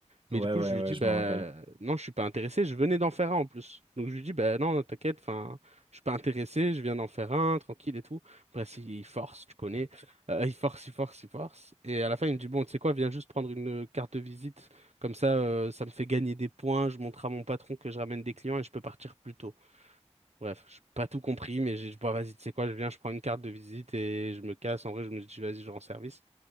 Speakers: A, on the right; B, on the right.
A: Mais
B: Ouais,
A: du coup,
B: ouais,
A: je lui
B: ouais,
A: dis,
B: je
A: bah,
B: me rappelle.
A: non, je suis pas intéressé, je venais d'en faire un en plus. Donc, je lui dis, bah, non, t'inquiète, enfin, je suis pas intéressé, je viens d'en faire un, tranquille et tout. Bref, il il force, tu connais. Euh, il force, il force, il force. Et à la fin, il me dit, bon, tu sais quoi, viens juste prendre une carte de visite. Comme ça, euh, ça me fait gagner des points, je montre à mon patron que je ramène des clients et je peux partir plus tôt. Bref, j'ai pas tout compris, mais j'ai dit, bon, vas-y, tu sais quoi, je viens, je prends une carte de visite et je me casse. En vrai, je me dis, vas-y, je rends service.